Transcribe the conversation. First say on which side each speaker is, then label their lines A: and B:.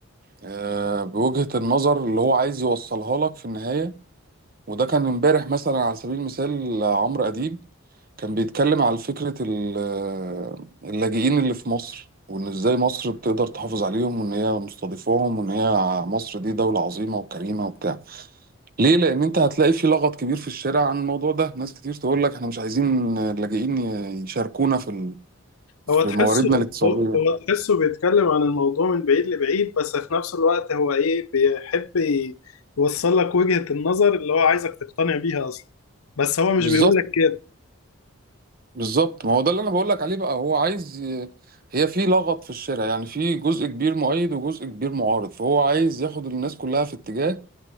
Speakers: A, on the right (about 40°); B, on the left (about 75°).
A: آه، بوجهة النظر اللي هو عايز يوصلها لك في النهاية وده كان امبارح مثلا على سبيل المثال عمرو أديب كان بيتكلم على فكرة ال- اللاجئين اللي في مصر وإن إزاي مصر بتقدر تحافظ عليهم وإن هي مستضيفاهم وإن هي مصر دي دولة عظيمة وكريمة وبتاع ليه؟ لأن أنت هتلاقي في لغط كبير في الشارع عن الموضوع ده ناس كتير تقول لك إحنا مش عايزين اللاجئين يشاركونا في ال- في
B: هو تحسه
A: مواردنا الاقتصادية
B: هو هو تحسه بيتكلم عن الموضوع من بعيد لبعيد بس في نفس الوقت هو ايه بيحب يوصل لك وجهة النظر اللي هو عايزك تقتنع بيها اصلا بس هو مش
A: بالظبط
B: بيقول لك كده
A: بالظبط ما هو ده اللي أنا بقول لك عليه بقى هو عايز ي- هي في لغط في الشارع يعني في جزء كبير مؤيد وجزء كبير معارض فهو عايز ياخد الناس كلها في اتجاه